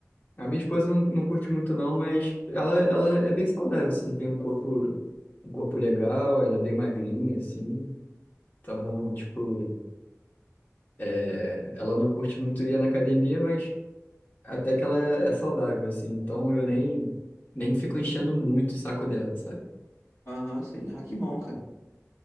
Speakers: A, on the left (about 35°); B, on the left (about 80°).
A: A minha esposa não, não curte muito, não, mas ela, ela é bem saudável, assim, tem um corpo, um corpo legal, ela é bem magrinha, assim. Então, tipo, é, ela não curte muito ir na academia, mas até que ela é saudável, assim. Então eu nem, nem fico enchendo muito o saco dela, sabe?
B: aham, sim. Ah, que bom, cara.